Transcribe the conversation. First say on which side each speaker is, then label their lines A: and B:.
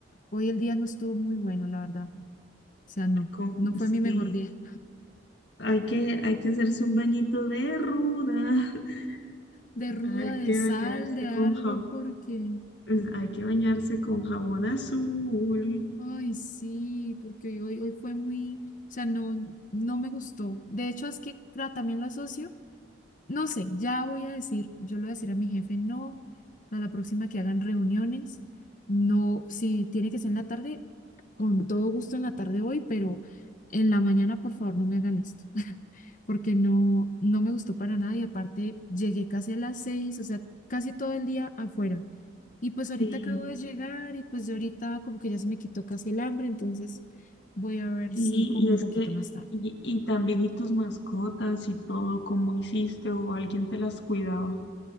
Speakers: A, on the left (about 40°); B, on the left (about 60°).
A: hoy el día no estuvo muy bueno, la verdad. O sea, no,
B: Con,
A: no fue
B: sí,
A: mi mejor día.
B: hay que, hay que hacerse un bañito de ruda,
A: De
B: <laughs>
A: ruda,
B: hay
A: de
B: que
A: sal,
B: bañarse
A: de algo,
B: con jabón,
A: porque,
B: pues, hay que bañarse con jabón azul.
A: ay, sí, porque hoy, hoy fue muy, o sea, no, no me gustó. De hecho, es que claro, también lo asocio, no sé, ya voy a decir, yo le voy a decir a mi jefe, no, a la próxima que hagan reuniones, no, si tiene que ser en la tarde, con todo gusto en la tarde hoy, pero en la mañana, por favor, no me hagan esto. porque no, no me gustó para nada y aparte llegué casi a las seis, o sea, casi todo el día afuera. Y pues ahorita
B: Sí,
A: acabo de llegar y pues ya ahorita como que ya se me quitó casi el hambre, entonces voy a ver
B: sí,
A: si como
B: y
A: un
B: es
A: poquito
B: que,
A: más tarde.
B: y, y también y tus mascotas y todo, cómo hiciste o alguien te las cuidaba.